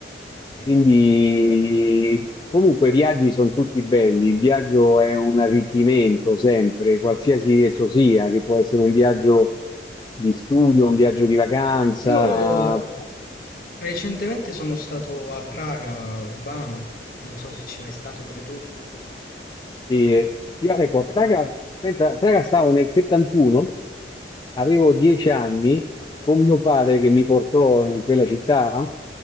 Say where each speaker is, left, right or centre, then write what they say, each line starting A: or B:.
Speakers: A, on the left (about 50°); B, on the left (about 25°).
A: Sì.
B: Quindi, comunque, i viaggi sono tutti belli. Il viaggio è un arricchimento sempre, qualsiasi esso sia, che può essere un viaggio di studio, un viaggio di vacanza.
A: Io recentemente sono stato a Praga, Urbano, non so se ci sei mai stato pure tu.
B: E io, ecco, a Praga, pensa, a Praga stavo nel 71, avevo 10 anni con mio padre che mi portò in quella città.